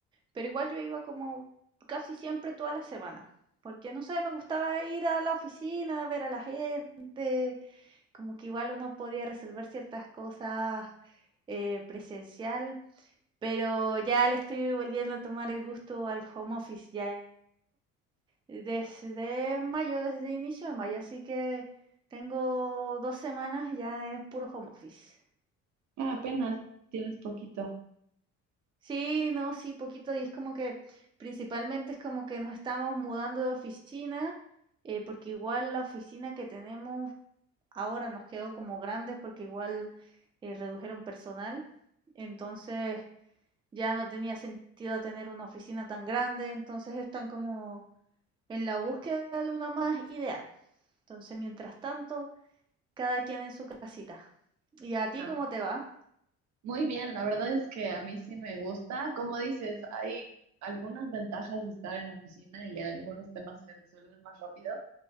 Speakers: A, on the right; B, on the right.
A: pero igual yo iba como casi siempre toda la semana, porque no sé, me gustaba ir a la oficina, ver a la gente, como que igual uno podía resolver ciertas cosas eh, presencial, pero ya le estoy volviendo a tomar el gusto al home office, ya Desde mayo, desde inicio de mayo, así que tengo 2 semanas, ya es puro home office.
B: Ah, apenas tienes poquito.
A: Sí, no, sí, poquito, y es como que principalmente es como que nos estamos mudando de oficina, eh, porque igual la oficina que tenemos ahora nos quedó como grande porque igual, eh, redujeron personal. Entonces, ya no tenía sentido tener una oficina tan grande, entonces están como en la búsqueda de una más ideal. Entonces, mientras tanto, Cada quien en su casita. ¿Y a ti
B: Ah,
A: cómo te va?
B: muy bien, la verdad es que a mí sí me gusta. Como dices, hay algunas ventajas de estar en oficina y algunos temas se resuelven más rápido,